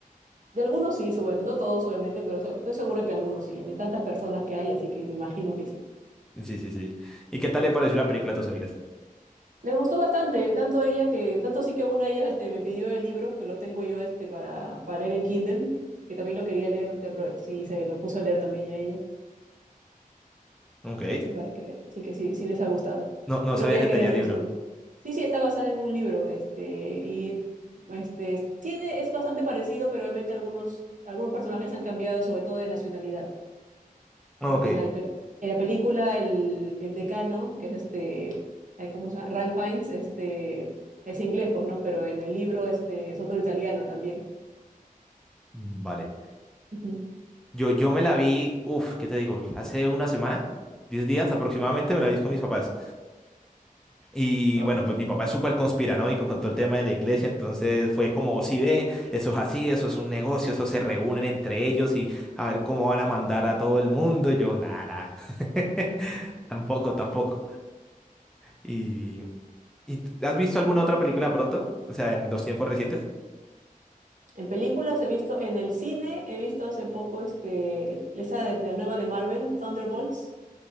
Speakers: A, on the right; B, in the centre.
A: De algunos sí, seguramente. No todos, obviamente, pero se- estoy segura que algunos sí. A mí tantas personas que hay, así que me imagino que sí.
B: Sí, sí, sí. ¿Y qué tal le pareció la película a tus amigas?
A: Le gustó bastante, tanto ella que, tanto sí que una de ellas este, me pidió el libro, que lo tengo yo este para, para leer en Kindle, que también lo quería leer, se apro- sí, se lo puso a leer también ya ella,
B: Ok,
A: así para que veas, así que sí, sí les ha gustado.
B: No, no
A: Creo
B: sabía
A: que
B: que
A: ella quería
B: tenía
A: hacer
B: libro.
A: su... Sí, sí, está basada en un libro, este, y este, tiene, es bastante parecido, pero obviamente algunos, algunos personajes han cambiado, sobre todo de nacionalidad
B: ok,
A: porque en la, pe- en la película el, el decano, que es este, ay, ¿cómo se llama? Ralph Fiennes, este, es inglés, pues, ¿no? Pero en el libro este, es otro italiano también.
B: vale.
A: Ujú.
B: Yo, yo me la vi, uff, ¿qué te digo? Hace una semana. 10 días aproximadamente me la vi con mis papás. Y
A: Ay,
B: bueno, pues mi papá es súper conspiranoico con todo el tema de la iglesia, entonces fue como, si ve, eso es así, eso es un negocio, eso se reúnen entre ellos y a ver cómo van a mandar a todo el mundo. Y yo, nada, nada. <laughs> Tampoco, tampoco. ¿Y, y t- has visto alguna otra película pronto? O sea, en los tiempos recientes.
A: En películas he visto, en el cine he visto hace poco este, esa desde la nueva de Marvel, Thunderbolts.